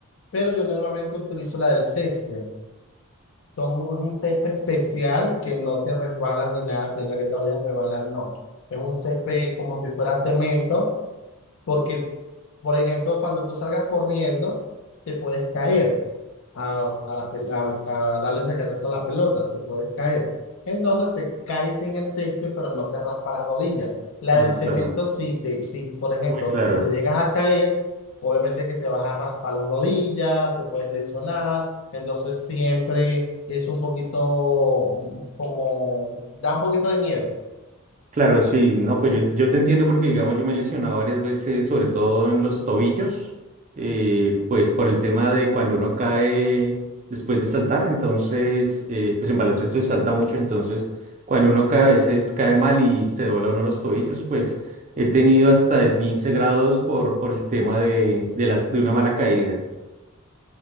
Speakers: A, on the left; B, on the right.
A: Pero yo normalmente utilizo la del césped. Son, es un césped especial que no te resbalas ni nada, pero la que te vayas a resbalar, no. Es un césped como si fuera cemento, porque, por ejemplo, cuando tú salgas corriendo, te puedes caer a, a, la pel- a, buscar- a darle recatezo a la pelota, te puedes caer. Entonces te caes en el césped, pero no te raspa las rodillas. La
B: Ah,
A: del cemento,
B: claro.
A: si te, si, por ejemplo,
B: Muy claro.
A: si te llegas a caer, obviamente que te vas a raspar las rodillas, te puedes lesionar. Entonces siempre es un poquito mm, como, da un poquito de miedo.
B: Claro, sí, no, pues yo, yo te entiendo porque, digamos, yo me he lesionado varias veces, sobre todo en los tobillos, eh, pues por el tema de cuando uno cae después de saltar, entonces, eh, pues en baloncesto se salta mucho, entonces, cuando uno cae a veces cae mal y se dobla uno los tobillos, pues he tenido hasta esguince grados por, por el tema de, de las, de una mala caída.